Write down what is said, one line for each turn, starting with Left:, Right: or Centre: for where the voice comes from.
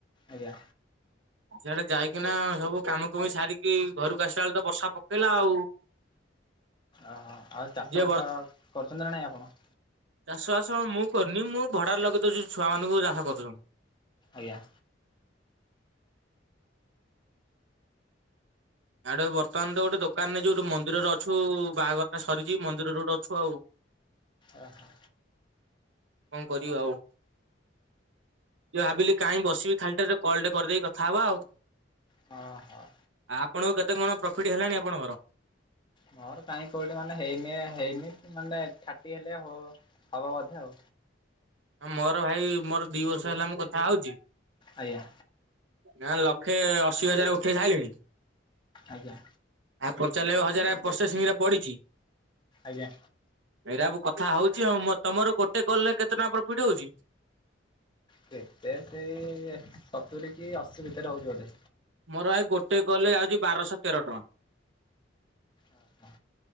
Left: ଆଜ୍ଞା।
Right: ସିଆଡେ ଯାଇକିନା, ସବୁ କାମ କୁମି ସାରିକି, ଘରକୁ ଆସିଲା ବେଳକୁ ତ ବର୍ଷା ପକେଇଲା ଆଉ।
Left: ଓହୋ। ଆଉ ଚାଷବାସ
Right: ଯେ
Left: କରୁଛନ୍ତି ନା ନାଇଁ ଆପଣ?
Right: ଚାଷବାସ ମୁଁ କରୁନି, ମୁଁ ଭଡାରେ ଲଗେଇ ଦଉଛି ଛୁଆମାନଙ୍କୁ ଚାଷ କରିଦଉଛନ୍ତି।
Left: ଆଜ୍ଞା।
Right: ଆଉ ଗୋଟେ ବର୍ତ୍ତମାନ ତ ଗୋଟେ ଦୋକାନରେ ଯୋଉଟି ମନ୍ଦିରରେ ଅଛୁ, ବାହାଘରଟା ସରିଛି ମନ୍ଦିରରେ ଗୋଟେ ଅଛୁ ଆଉ।
Left: ଓହୋ।
Right: କଣ କରିବା ଆଉ? ଯେ ଭାବିଲି କାହିଁ ବସିବି ଖାଲିଟାରେ, କଲଟେ କରିଦେଇ କଥା ହବା ଆଉ।
Left: ହଁ, ହଁ।
Right: ଆଉ ଆପଣଙ୍କୁ କେତେ କଣ ପ୍ରଫିଟ ହେଲାଣି ଆପଣଙ୍କର?
Left: ମୋର କାହିଁ କେଉଁଠି ମାନେ ହେଇନି, ହେଇନି କି ମାନେ ଥାର୍ଟି ହେଲେ ହ ହବ ବୋଧେ ଆଉ।
Right: ହଁ, ମୋର ଭାଇ, ମୋର ଦି ବର୍ଷ ହେଲା ମୁଁ କଥା ହଉଛି
Left: ଆଜ୍ଞା।
Right: ନା ଲକ୍ଷେ ଅଶି ହଜାର ଉଠେଇ ସାଇଲିଣି
Left: ଆଜ୍ଞା।
Right: ଆ ପଞ୍ଚାଲବେ ହଜାରେ ପ୍ରୋସେସିଂରେ ପଡିଛି
Left: ଆଜ୍ଞା।
Right: ଏଇରା ମୁଁ କଥା ହଉଛି ଆଉ। ମ ତମର ଗୋଟେ କଲରେ କେତେ ଟଙ୍କା ପ୍ରଫିଟ ହଉଛି?
Left: କେତେ ସେଇ, ସତୁରି କି ଅଶୀ ଭିତରେ ହଉଛି ବୋଧେ।
Right: ମୋର ଭାଇ ଗୋଟେ କଲରେ ଆଉଛି ବାରଶହ ତେର ଟଙ୍କା।
Left: ଓହୋ।